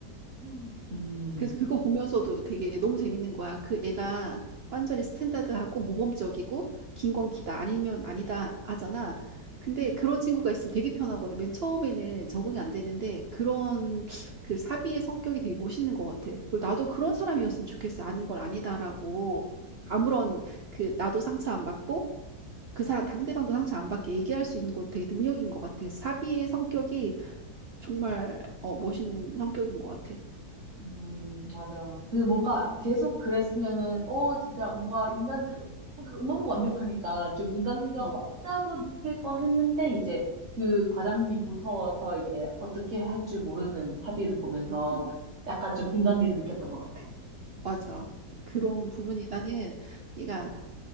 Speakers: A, on the right; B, on the right.
A: 음. 음,
B: 그래서 그거 보면서도 되게 너무 재밌는 거야. 그 애가 완전히 스탠다드하고 모범적이고 긴 건 기다 아니면 아니다 하잖아. 근데 그런 친구가 있으면 되게 편하거든. 맨 처음에는 적응이 안 되는데 그런 그 사비의 성격이 되게 멋있는 것 같아. 그리고 나도 그런 사람이었으면 좋겠어. 아닌 걸 아니다라고
A: 음,
B: 아무런 그 나도 상처 안 받고 그 사, 상대방도 상처 안 받게 얘기할 수 있는 것도 되게 능력인 것 같아. 사비의 성격이 정말 어, 멋있는 성격인 것 같아.
A: 음, 맞아. 그리고 뭔가 계속 그랬으면은, 어, 진짜 뭔가 인간적, 너무 완벽하니까 좀 인간미가
B: 응,
A: 없다고 느낄 뻔 했는데, 이제 그 과장님이 무서워서 이제 어떻게 할 줄 모르는 사비를 보면서
B: 응.
A: 약간 좀 인간미를 느꼈던 것 같아.
B: 맞아. 그런 부분이 나는 얘가